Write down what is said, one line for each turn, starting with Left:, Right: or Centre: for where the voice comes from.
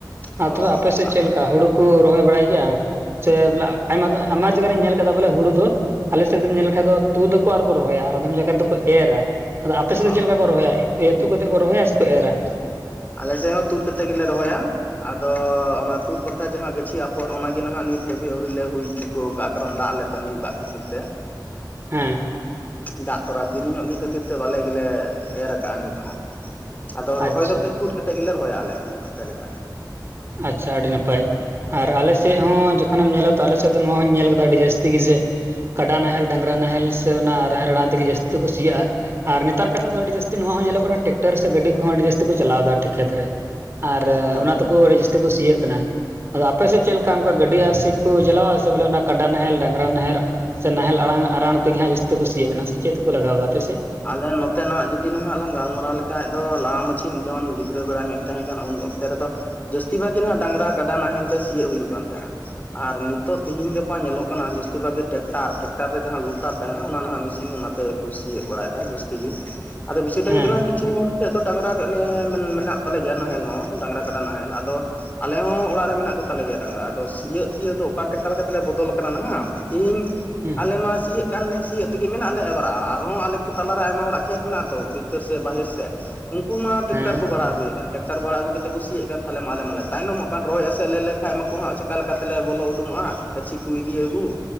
Left: ᱦᱚᱸ
Right: ᱟᱨ ᱛᱚᱵᱮ ᱟᱯᱮ ᱥᱮᱫ ᱪᱮᱫ ᱞᱮᱠᱟ ᱦᱩᱲᱩ ᱠᱚ ᱨᱚᱦᱚᱭ ᱵᱟᱲᱟᱭ ᱜᱮᱭᱟ ᱥᱮ ᱵᱚᱞᱮ ᱟᱭᱢᱟ ᱟᱭᱢᱟ ᱟᱭᱢᱟ ᱡᱟᱭᱜᱟ ᱨᱮᱧ ᱧᱮᱞ ᱟᱠᱟᱫᱟ ᱵᱚᱞᱮ ᱦᱩᱲᱩ ᱫᱚ ᱟᱞᱮ ᱥᱮᱫᱚᱢ ᱧᱮᱞ ᱞᱮᱠᱷᱟᱡ ᱫᱚ ᱛᱩᱫ ᱚᱠᱚ ᱟᱨᱠᱚ ᱨᱚᱦᱚᱭ-ᱟ ᱟᱨ ᱟᱫᱷᱚᱢ ᱡᱚᱠᱷᱟᱡ ᱨᱮ ᱫᱚᱠᱚ ᱮᱨᱟ ᱟᱫᱚ ᱟᱯᱮ ᱥᱮᱫ ᱫᱚ
Left: ᱚ
Right: ᱪᱮᱫ ᱞᱮᱠᱟ ᱠᱚ ᱨᱚᱦᱚᱭᱟ ᱟᱹᱛᱩᱜ ᱠᱟᱛᱮᱮᱫ ᱠᱚ ᱨᱚᱦᱚᱭᱟ ᱥᱮᱠᱚ ᱮᱨᱟ?
Left: ᱟᱞᱮᱥᱮᱫ ᱦᱚᱸ ᱛᱩᱫ ᱠᱟᱛᱮᱜ ᱜᱮᱞᱮ ᱨᱚᱦᱚᱭᱟ ᱟᱫᱚ ᱚᱱᱟ ᱛᱩᱫ ᱵᱟᱠᱷᱨᱟ ᱡᱟᱦᱟᱸ ᱜᱟᱹᱪᱷᱤ ᱟᱯᱷᱚᱨ ᱚᱱᱟᱜᱮ ᱱᱟᱦᱟᱜ ᱱᱤᱛ ᱫᱷᱟᱹᱵᱤᱡ ᱟᱹᱣᱨᱤ ᱞᱮ ᱦᱩᱭ ᱦᱚᱪᱚ ᱠᱟᱫ-ᱟ ᱠᱟᱨᱚᱱ ᱫᱟᱜ ᱞᱮ ᱛᱟᱸᱜᱤ ᱟᱠᱟᱫ ᱠᱷᱟᱹᱛᱤᱨ ᱛᱮ
Right: ᱦᱮᱸ
Left: ᱫᱟᱜ ᱛᱚᱨᱟ ᱫᱮᱨᱤ ᱧᱚᱜ ᱜᱮ ᱠᱷᱟᱹᱛᱤᱨ ᱛᱮ ᱵᱟᱞᱮ ᱜᱮᱞᱮ ᱮᱨ ᱠᱟᱜ-ᱟ ᱱᱤᱛᱦᱚᱸ᱾ ᱟᱫᱚ ᱨᱚᱦᱚᱭ
Right: ᱟᱪᱪᱷᱟ
Left: ᱫᱚ ᱯᱷᱮᱨ ᱛᱩᱫ ᱠᱟᱛᱮᱫ ᱜᱮᱞᱮ ᱨᱚᱦᱚᱭᱟ ᱟᱞᱮ ᱦᱚᱸ ᱟᱯᱮ ᱞᱮᱠᱟ ᱜᱮ᱾
Right: ᱟᱪᱪᱷᱟ ᱟᱹᱰᱤ ᱱᱟᱯᱟᱭ᱾ ᱟᱨ ᱟᱞᱮᱥᱮᱫ ᱦᱚᱸ ᱡᱚᱠᱷᱚᱱᱮᱢ ᱧᱮᱞᱟ ᱛᱚ ᱟᱞᱮ ᱥᱮᱫ ᱫᱚ ᱱᱚᱣᱟ ᱦᱚᱸᱧ ᱧᱮᱞ ᱟᱠᱟᱫᱟ ᱟᱹᱰᱤ ᱡᱟᱹᱥᱛᱤ ᱜᱮᱡᱮ ᱠᱟᱰᱟ ᱱᱟᱦᱮᱞ ᱰᱟᱝᱨᱟ ᱱᱟᱦᱮᱞ ᱥᱮ ᱚᱱᱟ ᱱᱟᱦᱮᱞ ᱟᱲᱟ ᱛᱮᱜᱮ ᱡᱟᱹᱥᱛᱤ ᱫᱚᱠᱚ ᱥᱤ ᱭᱟᱜ-ᱟ ᱟᱨ ᱱᱮᱛᱟᱨ ᱠᱟᱛᱮᱫ ᱫᱚ ᱟᱹᱰᱤ ᱡᱟᱹᱥᱛᱤ ᱱᱚᱣᱟ ᱦᱚᱸ ᱧᱮᱞᱚᱜ ᱠᱟᱱᱟ ᱴᱨᱟᱠᱴᱟᱨ ᱥᱮ ᱜᱟᱹᱰᱤ ᱠᱚᱦᱚ ᱟᱹᱰᱤ ᱡᱟᱹᱥᱛᱤ ᱠᱚ ᱪᱟᱞᱟᱣᱮᱫᱟ ᱠᱷᱮᱛ ᱨᱮ᱾ ᱟᱨ ᱚᱱᱟ
Left: ᱦᱩᱸ
Right: ᱛᱮᱠᱚ
Left: ᱦᱩᱸ
Right: ᱟᱹᱰᱤ ᱡᱟᱹᱥᱛᱤ ᱠᱚ ᱥᱤ ᱭᱟᱹᱜ ᱠᱟᱱᱟ ᱟᱫᱚ ᱟᱯᱮᱥᱮᱫ ᱪᱮᱫ ᱞᱮᱠᱟ ᱚᱱᱠᱟ ᱜᱟᱹᱰᱤ ᱟᱨ ᱛᱮ ᱠᱚ ᱪᱟᱞᱟᱣ-ᱟ ᱥᱮ ᱵᱚᱞᱮ ᱚᱱᱟ ᱠᱟᱰᱟ ᱱᱟᱦᱮᱞ ᱰᱟᱝᱨᱟ ᱱᱟᱦᱮᱞ ᱥᱮ ᱱᱟᱦᱮᱞ ᱟᱲᱟ ᱟᱲᱟ ᱛᱮᱜᱮ ᱦᱟᱸᱜ ᱡᱟᱹᱥᱛᱤ ᱠᱚ ᱥᱤᱭᱟᱹᱜ ᱠᱟᱱᱟ ᱥᱮ ᱪᱮᱫ ᱛᱮᱠᱚ ᱞᱟᱜᱟᱣ ᱮᱫᱟ ᱟᱯᱮ ᱥᱮᱡ?
Left: ᱟᱞᱮ ᱱᱚᱛᱮᱱᱟᱜ ᱡᱩᱫᱤ ᱱᱟᱦᱟᱜ ᱞᱟᱝ ᱜᱟᱞᱢᱟᱨᱟᱣ ᱞᱮᱠᱷᱟᱡ ᱫᱚ ᱞᱟᱦᱟ <unintelligible> ᱡᱚᱱ ᱜᱤᱫᱽᱨᱟᱹ ᱵᱮᱲᱟ ᱧᱚᱜ ᱤᱧ ᱛᱟᱦᱮᱸ ᱠᱟᱱ ᱩᱱ ᱚᱠᱛᱮ ᱨᱮᱫᱚ ᱡᱟᱹᱥᱛᱤ ᱵᱷᱟᱜ ᱜᱮ ᱱᱟᱜ ᱰᱟᱝᱨᱟ ᱠᱟᱰᱟ ᱱᱟᱦᱮᱞ ᱛᱮ ᱥᱤᱭᱳᱜ ᱦᱩᱭᱩᱜ ᱠᱟᱱ ᱛᱟᱸᱦᱮᱜᱼᱟ ᱾ ᱟᱨ ᱱᱤᱛᱚᱜ ᱛᱤᱦᱤᱧ ᱜᱟᱯᱟ ᱧᱮᱞᱚᱜ ᱠᱟᱱᱟ ᱡᱟᱹᱥᱛᱤ ᱵᱷᱟᱜ ᱜᱮ ᱴᱮᱠᱴᱟᱨ ᱴᱮᱠᱴᱟᱨ ᱨᱮ ᱡᱟᱦᱟᱸ ᱞᱩᱴᱟᱨ ᱛᱟᱦᱮᱱᱟ ᱚᱱᱟ ᱱᱟᱦᱟᱜ ᱢᱮᱥᱤᱱ ᱚᱱᱟᱛᱮ ᱠᱩ ᱥᱤᱸᱭᱚᱜ ᱵᱟᱲᱟᱭᱮᱫᱟ ᱡᱟᱹᱥᱛᱤ ᱜᱮ ᱟᱫᱚ ᱵᱤᱥᱚᱭᱴᱟᱜ
Right: ᱦᱮᱸ
Left: ᱦᱩᱭᱩᱜ ᱠᱟᱱᱟ ᱠᱤᱪᱷᱩ ᱦᱚᱲ ᱴᱷᱮᱜ ᱫᱚ ᱰᱟᱝᱨᱟ <unintelligible> ᱢᱮᱱᱟᱜ ᱛᱟᱞᱮ ᱜᱮᱭᱟ ᱱᱟᱦᱮᱞ ᱦᱚᱸ ᱰᱟᱝᱨᱟ ᱠᱟᱰᱟ ᱱᱟᱦᱮᱞ ᱟᱫᱚ ᱟᱞᱮ ᱦᱚᱸ ᱚᱲᱟᱜ ᱨᱮ ᱢᱮᱱᱟᱜ ᱠᱚ ᱛᱟᱞᱮ ᱜᱮᱭᱟ ᱰᱟᱝᱨᱟ ᱟᱫᱚ ᱥᱤᱭᱳᱜ <unintelligible> ᱫᱚ ᱚᱠᱟ <unintelligible> ᱞᱮᱠᱟᱛᱮᱞᱮ ᱵᱚᱫᱚᱞ ᱟᱠᱟᱱᱟ ᱱᱟᱦᱟᱜ ᱤᱧ ᱤᱧ
Right: ᱦᱮᱸ
Left: ᱟᱞᱮ ᱢᱟ ᱥᱤᱭᱳᱜ ᱠᱟᱱ ᱞᱮ <unintelligible> <unintelligible> ᱛᱤᱜᱤ ᱢᱮᱱᱟᱜ ᱞᱮ ᱮᱵᱟᱨ <unintelligible> ᱟᱨᱦᱚᱸ ᱟᱞᱮ ᱠᱚ ᱛᱟᱞᱟᱨᱮ ᱟᱭᱢᱟ ᱦᱚᱲᱟᱜ ᱠᱷᱮᱛ ᱢᱮᱱᱟᱜᱼᱟ ᱛᱚ ᱵᱷᱤᱛᱟᱹᱨ ᱥᱮᱜ ᱵᱟᱦᱮᱨ ᱥᱮᱜ ᱩᱱᱠᱩ ᱢᱟ ᱴᱮᱠᱴᱟᱨ
Right: ᱦᱮᱸ
Left: ᱠᱚ ᱵᱷᱟᱲᱟ ᱟᱹᱜᱩᱭᱮᱫ ᱠᱟᱱ <unintelligible> <unintelligible> ᱠᱟᱛᱮ ᱠᱚ ᱥᱤᱭᱮᱜ ᱠᱟᱱ ᱛᱟᱦᱚᱞᱮ ᱢᱟ ᱟᱞᱮ ᱢᱟᱞᱮ ᱛᱟᱭᱱᱚᱢᱚᱜ ᱠᱟᱱ ᱨᱚᱦᱚᱭ ᱮᱥᱮᱫ ᱞᱮ ᱞᱮᱠᱷᱟᱭ ᱢᱟᱠᱩ ᱦᱟᱸᱜ ᱪᱮᱠᱟ ᱞᱮᱠᱟ ᱛᱮᱞᱮ ᱵᱚᱞᱚ ᱩᱰᱩᱱᱚᱜᱼᱟ᱾ ᱜᱟᱹᱪᱷᱤ ᱠᱩ ᱤᱫᱤ ᱟᱜᱩ